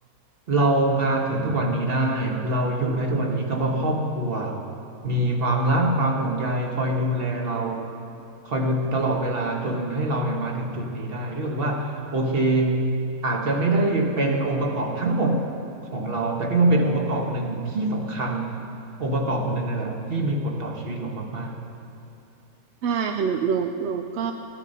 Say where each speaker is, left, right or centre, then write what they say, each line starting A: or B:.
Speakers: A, on the right (about 40°); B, on the right (about 60°).
A: เรามาถึงทุกวันนี้ได้เราอยู่ได้ทุกวันนี้ก็เพราะครอบครัวมีความรักความห่วงใยคอยดูแลเราคอยดูตลอดเวลาจนให้เราเนี่ยมาถึงจุดนี้ได้พี่รู้สึกว่าโอเคอาจจะไม่ได้เป็นองค์ประกอบทั้งหมดของเราแต่พี่ว่าเป็นองค์ประกอบหนึ่งที่สำคัญองค์ประกอบหนึ่งเลยแหละที่มีผลต่อชีวิตเรามาก
B: ใช่ค่ะหนูหนูหนูก็